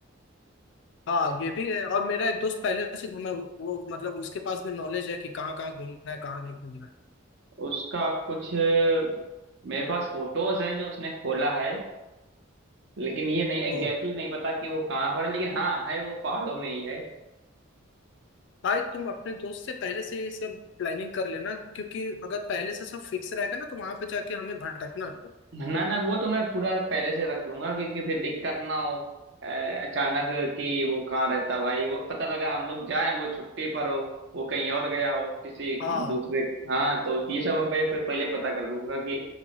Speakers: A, on the left; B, on the right.
A: हाँ ये भी है और मेरा एक दोस्त पहले से घूमा है, वो मतलब उसके पास भी नॉलेज है कि कहाँ कहाँ घूमना है कहाँ नहीं घूमना है
B: उसका कुछ अ, मेरे पास फोटोज हैं जो उसने खोला है लेकिन ये नहीं एग्जैक्टली
A: तो
B: exactly नहीं पता कि वो कहाँ पर है लेकिन हाँ है वो पहाड़ों में ही है
A: भाई तुम अपने दोस्त से पहले से ही सब प्लानिंग कर लेना क्योंकि अगर पहले से सब फिक्स रहेगा ना तो वहां पे जाके हमें भटकना नहीं है।
B: ना ना वो तो मैं पूरा पहले से रख लूंगा क्योंकि फिर दिक्कत ना हो अ, अचानक कि वो कहाँ रहता भाई वो पता लगा हम लोग जाएं वो छुट्टी पर हो वो कहीं और गया हो किसी
A: हाँ
B: दूसरे हाँ तो ये सब हम पहले पहले पता कर लूंगा कि